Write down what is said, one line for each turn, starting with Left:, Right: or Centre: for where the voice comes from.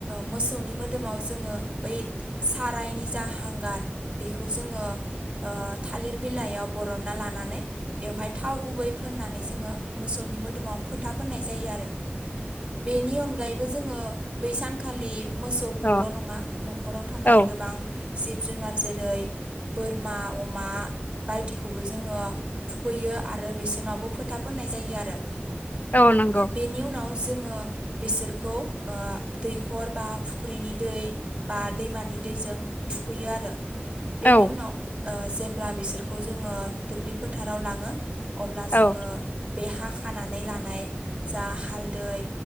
Right: मोसौनि मोदोमाव जोंङो बै सारायनि जा हांगार बेखौ जोंङो ओ थालिर बिलाइयाव बरनना लानानै बेवहाय थाव गुबै फोननानै जोंङो मोसौनि मोदोमाव फोथा फोननाय जायो आरो बेनि अनगायैबो जोंङो बै सानखालि मोसौखौल'
Left: अ
Right: नङा न'खराव थानाय
Left: औ
Right: गोबां जिब जिब जुनार जेरै बोरमा अमा बायदिखौबो जोङो थुखैयो आरो आरो बेसोरनावबो फोथाब फनाय जायो आरो
Left: औ नंगौ
Right: बेनि उनाव जोङो बिसोरखौ ओ दैखर बा फुख्रिनि दै बा दैमा नि दैजों थुखैयो आरो। बेनि
Left: औ
Right: उनाव ओ जेब्ला बिसोरखौ जोङो दुब्लि फोथाराव लाङो। अब्ला
Left: औ
Right: जोङो बे हा खानानै लानाय जा हाल दै